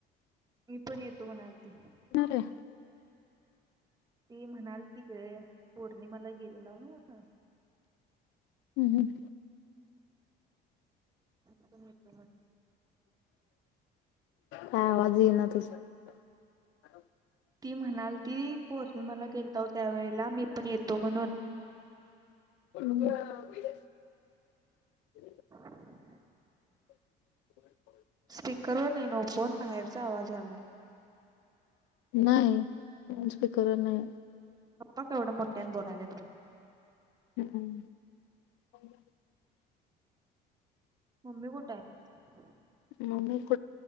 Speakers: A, on the right (about 20°); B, on the left (about 85°).
A: मी पण येतो म्हणालती
B: मग रे
A: ती म्हणालीत गं पौर्णिमाला गेलेला न्हवं
B: हम् हम
A: येतो मी पण म्हणून
B: हा आवाज येतोय ना तुम्हाला?
A: ती म्हणाली, ती पौर्णिमेला गेली होती त्यावेळी. ला, मी पण येतो म्हणून.
B: <unintelligible>
A: <unintelligible>
B: <inaudible>
A: स्पीकरवर नाही, फोनच्या बाहेरचा आवाज आलाय.
B: नाही, फनसपे कर नाही.
A: आपण का एवढं मोठ्यानं बोलत नाहीत?
B: हम्म्... !
A: मम्मी कुठे आहे?
B: मम्मी